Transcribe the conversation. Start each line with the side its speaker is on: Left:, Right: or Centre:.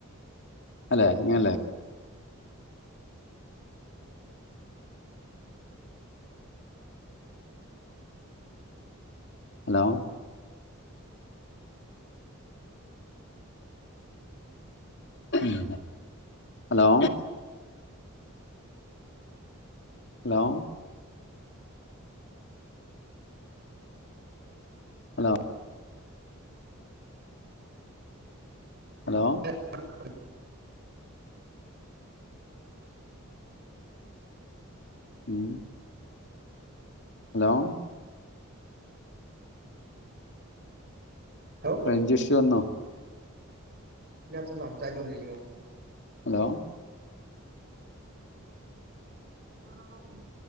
Left: അല്ലെ അങ്ങനെല്ലേ? ഹലോ. ഉം. ഹലോ ഹലോ ഹലോ ഹലോ
Right: <unintelligible>
Left: ഉം ഹലോ
Right: ഹലോ
Left: ഫ്രഞ്ച് ഇഷ്യൂ വന്നോ
Right: ഇതിനാത്ത് സംസാരിച്ചു കൊണ്ടിരിക്കുമ്പം
Left: ഹലോ
Right: <inaudible>